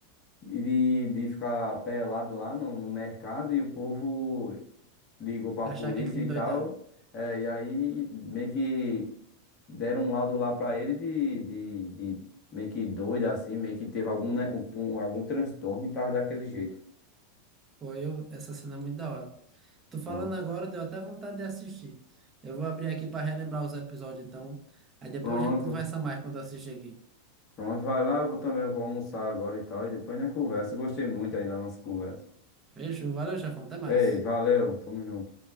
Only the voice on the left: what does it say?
e de, de ficar pelado lá no, no mercado e o povo. ligou pra
polícia
e
tal. É, e aí meio que deram um laudo lá pra ele de, de, de meio que doido assim, meio que teve algum, né, um, um- algum transtorno e tava daquele jeito.
Hum.
Pronto,
pronto, vai lá, eu vou também, eu vou almoçar agora e tal. E depois na conversa, gostei muito aí da nossa conversa.
Ei, valeu, tamo junto.